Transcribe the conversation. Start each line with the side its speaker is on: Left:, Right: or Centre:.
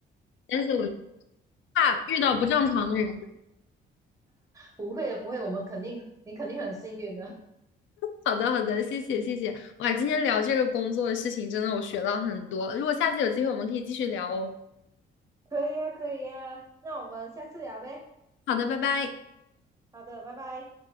Left: 但是我怕遇到不正常的人。
Right: 不会的，不会，我们肯定，你肯定很幸运的。
Left: 好的，好的，谢谢，谢谢。哇，今天聊这个工作的事情，真的我学到很多。如果下次有机会，我们可以继续聊哦。
Right: <laughs> 可以呀，可以呀。那我们下次聊呗。
Left: 好的，拜拜。
Right: 好的，拜拜。